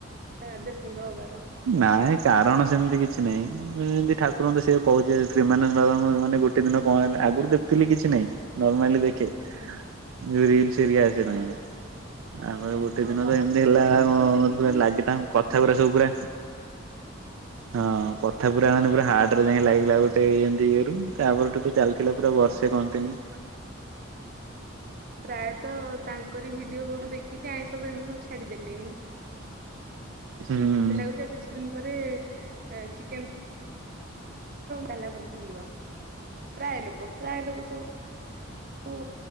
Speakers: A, on the right (about 45°); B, on the right (about 80°).
A: ଆଧ୍ୟାତ୍ମିକ ହବାର।
B: ନାଇଁ କାରଣ ସେମିତି କିଛି ନାଇଁ। ଏମିତି ଠାକୁର ଙ୍କୁ ତ ସିଏ କହୁଛି ପ୍ରେମାନନ୍ଦ ବାବାଙ୍କୁ ମାନେ ଗୋଟେ ଦିନ କଣ ହେଲା ଆଗରୁ ଦେଖୁଥିଲି କିଛି ନାଇଁ ନର୍ମାଲି ଦେଖେ
A: ହୁଁ।
B: ଯୋଉ ରିଲସ ହେରିକା ଆସେ ତାଙ୍କର। ତାପରେ ଗୋଟେ
A: ଅ
B: ଦିନ
A: ସମସ୍ତେ
B: ତ ଏମିତି ହେଲା
A: ସେଇ ରିଲସ
B: କଣ
A: ରୁ ଦେଖିକି
B: ଲାଗେ ତାଙ୍କ କଥା କଥା ଗୁରା ସବୁ ପୁରା ହଁ କଥା
A: ଆଜ୍ଞା।
B: ପୁରା ମାନେ ପୁରା ହା ର୍ଟ ରେ ଯାଇ ଲାଗିଲା ଗୋଟେ ଏମତି ଇଏ ରୁ ତାପରେ ତ ଚାଲିଥିଲା ପୁରା ବର୍ଷେ କଣ୍ଟିନ୍ୟୁ।
A: ପ୍ରାୟତଃ ତାଙ୍କରି ଭିଡିଓ ସବୁ ଦେଖିକି ଆଇଁଷ ଫାଇଁଷ ସବୁ ଛାଡିଦେଲିଣି।
B: ହୁଁ
A: ମତେ ଲାଗୁଛି ଆଉ କିଛି ଦିନ ପରେ ଚିକେନ ତାଲା ଝୁଲିବ ପ୍ରାୟ ଲୋକ ପ୍ରାୟ ଲୋକ ସବୁ ବୁ